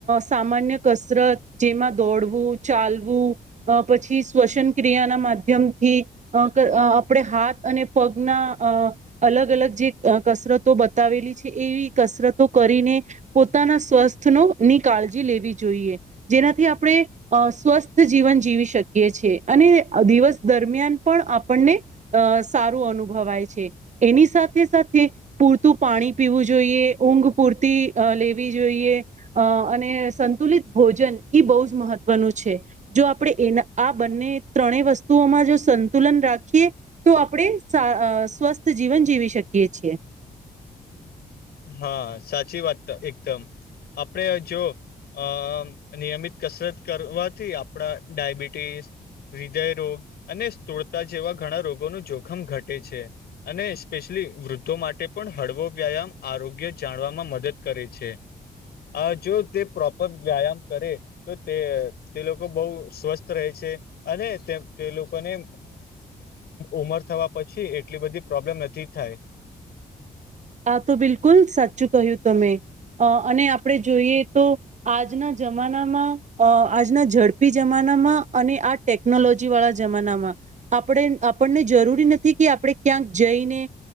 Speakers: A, on the right; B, on the left.
A: સામાન્ય કસરત જેમાં દોડવું ચાલવું અ પછી શ્વસન ક્રિયા ના માધ્યમથી અ આપણે હાથ અને પગના અ અલગ અલગ જે કસરતો બતાવેલી છે એવી કસરતો કરીને પોતાના સ્વસ્થનો ની કાળજી લેવી જોઈએ જેનાથી આપણે અ સ્વસ્થ જીવન જીવી શકીએ છીએ અને દિવસ દરમિયાન પણ આપણને અ સારું અનુભવાય છે એની સાથે સાથે પૂરતું પાણી પીવું જોઈએ ઊંઘ પૂરતી લેવી જોઈએ અ અને સંતુલિત ભોજન બહુ જ મહત્વનું છે જો આપણે એના આ બંને ત્રણેય વસ્તુઓમાં જો સંતુલન રાખીએ તો આપણે સ્વસ્થ જીવન જીવી શકીએ છીએ
B: હા સાચી વાત એકદમ આપણે જો અ નિયમિત કસરત કરવાથી આપણા ડાયબિટીસ હૃદય રોગ અને સ્થૂળતા જેવા ઘણા રોગોનું જોખમ ઘટે છે અને સ્પેશિયલી વૃદ્ધો માટે પણ હળવો વ્યાયામ આરોગ્ય જાણવામાં મદદ કરે છે આ જો તે પ્રોપર વ્યાયામ કરે તો તે તે લોકો બહુ સ્વસ્થ રહે છે અને તેમ તે લોકોને ઉમર થવા પછી એટલી બધી પ્રોબ્લેમ નથી થાય
A: આા તો બિલકુલ સાચું કહ્યું તમે અને આપણે જોઈએ તો આજના જમાનામાં આજના ઝડપી જમાનામાં અને આ ટેકનોલોજી વાળા જમાનામાં આપણે આપણને જરૂરી નથી કે આપણે ક્યાંક જઈને